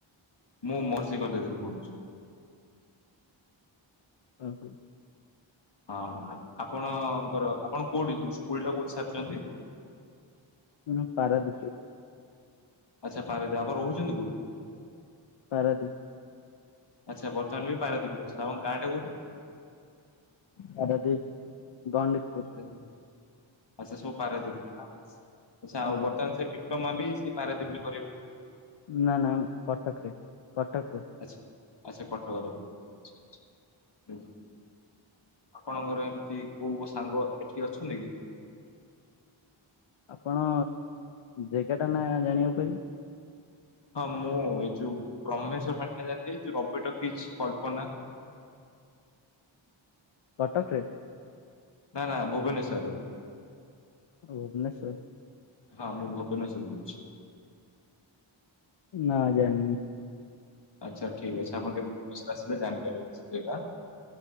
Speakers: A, on the left; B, on the left.
A: ମୁଁ ମର୍ଷୀ କଲେଜରେ ପଡୁଚି।
B: ଓହୋ।
A: ହଁ ଆପଣଙ୍କର ଆପଣ କୋଉଠି ଯ ସ୍କୁଲ ଟା କୋଉଠି ସାରିଚନ୍ତି?
B: ଉଁ ନା ପାରାଦ୍ଵୀପ ରେ।
A: ଆଚ୍ଛା ପାରଦ୍ଵୀପ ଆପଣ ରହୁଚନ୍ତି କୋଉଠି?
B: ପାରାଦ୍ଵୀପ।
A: ଆଚ୍ଛା ବର୍ତ୍ତମାନ ବି ପାରାଦ୍ଵୀପ ଅଛନ୍ତି। ଆପଣ ଗାଁ ଟା କୋଉଠି?
B: ପାରାଦ୍ଵୀପ ଗଣ୍ଡିକିପୁର।
A: ଦେଓ ଆଚ୍ଛା ସବୁ ପାରାଦ୍ଵୀପ ଆଚ୍ଛା
B: ଆଜ୍ଞା।
A: ଆଉ ବର୍ତ୍ତମାନ ସେ ଡିପ୍ଲୋମା ବି ସେ ପାରାଦ୍ଵୀପ ରେ ବୁ କରିବୁ
B: ନା ନା ଉଁ କଟକରେ କଟକରେ।
A: ଆଚ୍ଛା ଆଚ୍ଛା କଟକରେ <unintelligible> ଆପଣଙ୍କର ଏମିତି କୋଉ ସାଙ୍ଗ ଏଠି ଅଛନ୍ତି କି?
B: ଆପଣ ଜାଗା ଟା ନା ଜାଣିବାକୁ ପଡ଼ିବ।
A: ହଁ ମୁଁ ଏଇ ଯୋଉ ବ୍ରହ୍ମେଶ୍ୱର ପାଣ୍ଡା ଯାଆନ୍ତି ଏଇ ଯଉ ରବି ଟକି କଳ୍ପନା
B: କଟକ ରେ
A: ନା ନା ଭୁବନେଶ୍ୱରରେ
B: ଭୁବନେଶ୍ୱର
A: ହଁ ମୁଁ ଭବନ ସେ <unintelligible>
B: ନା ଜାଣିନି।
A: ଆଚ୍ଛା ଠିକ୍ ଅଛି ଆପଣ କେବେ ଭୁବନେଶ୍ୱର ଆସିଲେ ଜାଣିପାରିବେ ସେଇଟା।